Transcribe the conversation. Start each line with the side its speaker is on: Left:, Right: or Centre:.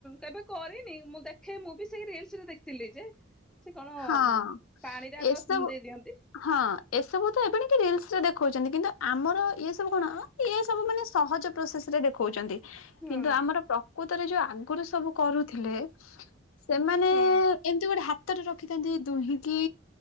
Centre: କେବେ କରିନି, ମୁଁ ଦେଖେ ମୁଁ ବି ସେଇ ରିଲସ ରେ ଦେଖିଥିଲି ଯେ। ସେ କଣ
Left: ହଁ
Centre: ପାଣିରାଗ
Left: ଏସବୁ
Centre: ଦେଇ ଦିଅନ୍ତି?
Left: ହଁ ଏସବୁ ତ ଏବେ ଣି କି ରିଲସ ରେ ଦେଖଉଛନ୍ତି, କିନ୍ତୁ ଆମର ଇଏ ସବୁ କଣ ଏ ସବୁ ମାନେ ସହଜ ପ୍ରୋସେସ ରେ ଦେଖଉଛନ୍ତି।
Centre: ହୁଁ
Left: କିନ୍ତୁ ଆମର ପ୍ରକୃତରେ ଯୋଉ ଆଗରୁ ସବୁ କରୁଥିଲେ ସେମାନେ
Centre: ହଁ
Left: ଏମିତି ଗୋଟେ ହାତରେ ରଖିଥାନ୍ତି ଦୁହିଁକି